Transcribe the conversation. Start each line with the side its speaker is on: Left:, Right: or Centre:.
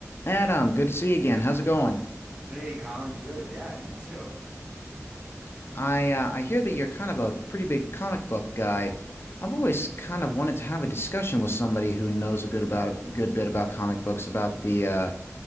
Left: Adam, good to see you again. How's it going?
Right: Hey, Colin, good. Yeah, you too.
Left: I uh, I hear that you're kind of a pretty big comic book guy. I've always kind of wanted to have a discussion with somebody who knows a good about a good bit about comic books, about the uh,